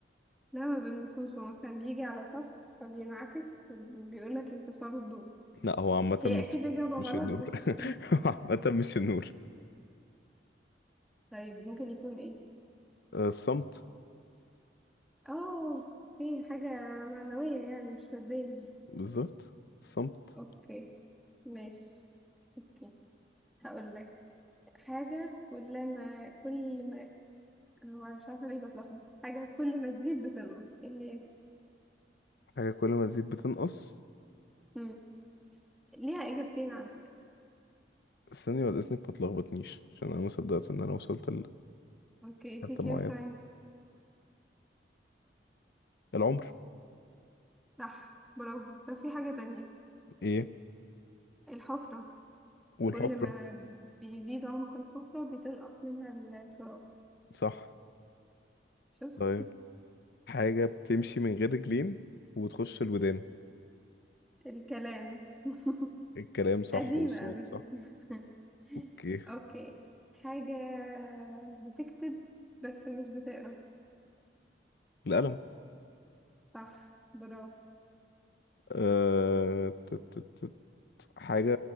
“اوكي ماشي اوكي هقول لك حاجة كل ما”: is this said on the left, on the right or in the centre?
Centre